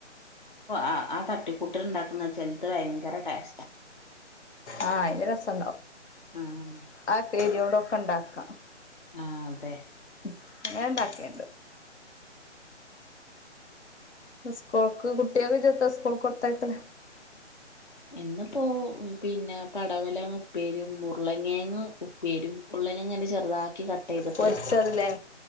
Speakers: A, on the left; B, on the left.
A: ആ ആ തട്ടിക്കൂട്ടല്ണ്ടാക്ക്ണത് ചെലത് ഭയങ്കര ടേസ്റ്റാ
B: ആ അയിന് രസണ്ടാവും
A: ഉം
B: ആ കേര്യോടൊക്കെണ്ടാക്കാ
A: ആ അതെ
B: ഉം അങ്ങനെ ണ്ടാക്കല്ണ്ട് സ്കൂൾക്ക് കുട്ട്യാക്ക് ഇജ് എത്താ സ്കൂൾക്കൊടുത്തയക്കല്
A: ഇന്നിപ്പോ പിന്നെ പടവലങ്ങ ഉപ്പേരിയും ഉരുളങ്ങിഴങ് ഉപ്പേരിം ഉൾ <unintelligible> ങ്ങനെ ചെറുതാക്കി കട്ട് ചെയ്തിട്ട്
B: പൊരിച്ചതില്ലേ